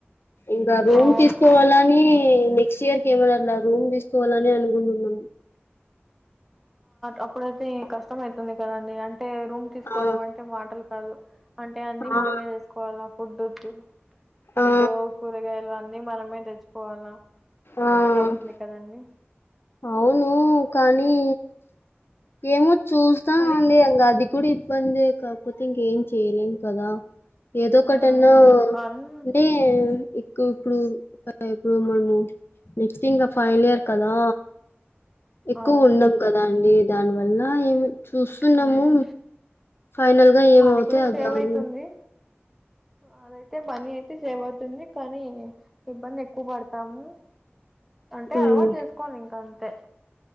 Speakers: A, on the left; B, in the centre.
A: ఇంకా రూమ్
B: అవును
A: తీసుకోవాలని నెక్స్ట్ ఇయర్మ రూమ్ తీస్తూ అల రే అనుకుంటున్నాం
B: అప్పుడేతే క ష్ట అవుతుంది కదండి అంటే రూమ్ తీసుకోవడం
A: ఆ
B: అంటే మాటలు అ అంటే అన్నీ
A: ఆ
B: మనమే చేసుకోవాలి ఫుడ్ ఇ ఫుడ్డు
A: ఆ
B: కూరగాయల్వ అన్నీ మనమే తెచ్చిపోవాలా ఇబ్బంది
A: ఆ ఆ.
B: అవుతుంది కదండి
A: అవును కానీ ఏమ చూస్తాం
B: కానీ
A: అండి ఇకా అది కూడా ఇబ్బందే కాకపోతే ఇంకేం చేయలేం కదా ఏదో
B: ఉమ్
A: ఒకటన్నా
B: కానీ
A: అంటే ఇ ఇప్పుడు ఇప్పుడు మనము నెక్స్ట్ ఇంకా ఫైనల్ ఇయర్ కదా ఎక్కువ
B: అవును
A: ఉన్నాం
B: ఉమ్
A: కదా అండి దానివల్ల అలా ఏమి చూస్తున్నాము
B: ఉమ్
A: ఫైనల్ గా ఏమవుతే
B: మనీ కూడా
A: అది
B: సేవ్
A: అదు
B: అయితుంది అదైతే మనీ అయితే సేవ అవుతుంది కానీ ఇబ్బంది ఎక్కువ పడతాము అంటే
A: ఉమ్
B: అలవాటు చేసుకోవాలి ఇంకా అంత త